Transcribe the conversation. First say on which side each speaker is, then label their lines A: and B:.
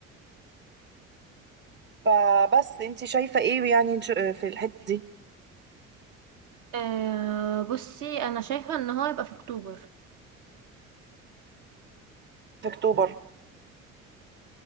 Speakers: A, on the right; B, on the right.
A: فبس انت شايفة ايه يعني إن شاء- في الحتة دي
B: آه بصي انا شايفة ان هو يبقى في اكتوبر
A: في اكتوبر